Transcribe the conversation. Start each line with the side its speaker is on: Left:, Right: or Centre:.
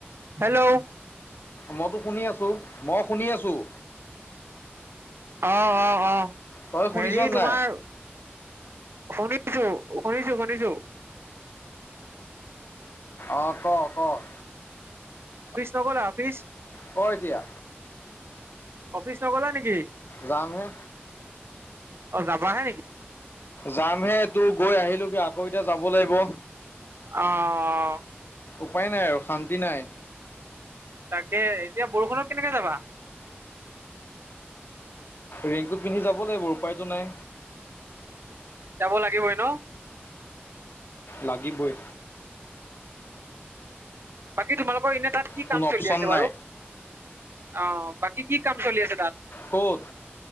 Right: হেল্ল'
Left: মইতো শুনি আছোঁ মই শুনি আছোঁ।
Right: অ', অ' অ',
Left: তই শুনিছ
Right: হেৰি তোমাৰ
Left: নাই
Right: শুনি শুনিছোঁ - শুনিছোঁ - শুনিছোঁ।
Left: অ', ক' ক'
Right: অফিচ নগলা অফিচ।
Left: ক' এতিয়া।
Right: অফিচ নগলা নেকি?
Left: যাম হে।
Right: অ যাব আহে নেকি
Left: যামহে তোৰ গৈ আহিলগ আকৌ এতিয়া যাব লাগিব
Right: অ অ
Left: উপায় নাই আৰু শান্তি নাই
Right: তাকে এতিয়া বৰষুণত কেনেকে যাবা
Left: ৰিংকুট পিন্ধি যাব লাগিব উপায়তটো নাই
Right: যাব লাগিবই ন
Left: লাগিবই
Right: বাকী তোমালোকৰ এনে তাত কি
Left: কোনো
Right: কাম
Left: অপচন
Right: চলি আছে বাৰু?
Left: নাই
Right: অ' বাকী কি কাম চলি আছে তাত?
Left: ক'ত?